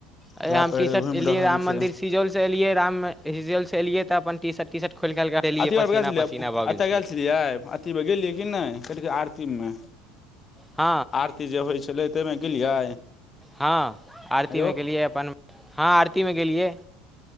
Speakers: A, in the centre; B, on the left.
A: अे
B: उएह
A: हम
B: पहिरे
A: टी शर्ट
B: घुमि
A: एलियै
B: रहल
A: राम
B: छै
A: मन्दिर सिजौल से एलियै राम सिजौल से एलिय तऽ अपन टी शर्ट टी शर्ट खोलि खालि कऽ देलियै
B: अथि मे
A: पसीना
B: गेल छलियै
A: पसीना भऽ
B: एतय
A: छलै
B: गेल छलियै आ अथि मे गेलियै कि नहि कऽ आरती तनमे।
A: ह
B: आरती जे होई छलै तइमे गेलियै
A: ह आरती
B: यौ
A: मे गेलियै अपन ह आरती मे गेलियै